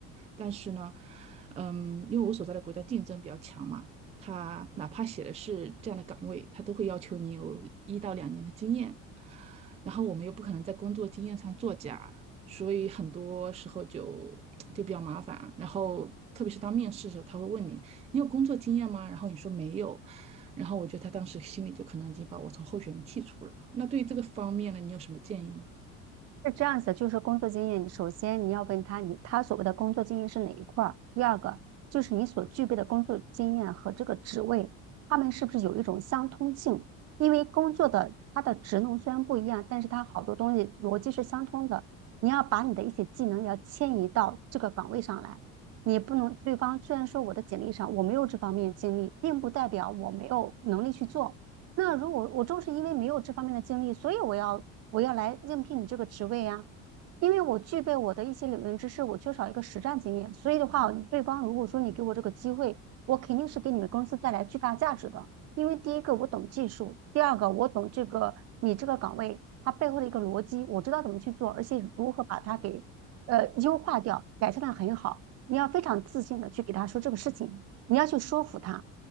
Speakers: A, on the right; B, on the right.
A: 但是呢，嗯，因为我所在的国家竞争比较强嘛，他哪怕写的是这样的岗位，他都会要求你有一到两年的经验。然后我们又不可能在工作经验上作假，所以很多时候就就比较麻烦。然后特别是当面试的时候，他会问你你有工作经验吗？然后你说没有，然后我觉得他当时心里就可能已经把我从候选人剔除了。那对于这个方面呢，你有什么建议吗？
B: 是这样子，就是工作经验，首先你要问他，你他所谓的工作经验是哪一块儿？第二个就是你所具备的工作经验和这个职位，他们是不是有一种相通性？因为工作的它的职能虽然不一样，但是它好多东西逻辑是相通的。你要把你的一些技能要迁移到这个岗位上来，你不能对方虽然说我的简历上我没有这方面的经历，并不代表我没有能力去做。那如果我正是因为没有这方面的经历，所以我要我要来应聘你这个职位啊。因为我具备我的一些理论知识，我缺少一个实战经验，所以的话，对方如果说你给我这个机会，我肯定是给你们公司带来巨大价值的。因为第一个我懂技术，第二个我懂这个你这个岗位它背后的一个逻辑，我知道怎么去做，而且如何把它给呃优化掉，改善的很好。你要非常自信的去给他说这个事情，你要去说服他。